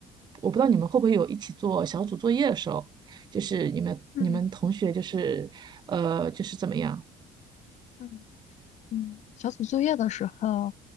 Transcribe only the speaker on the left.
嗯嗯。嗯，小组作业的时候，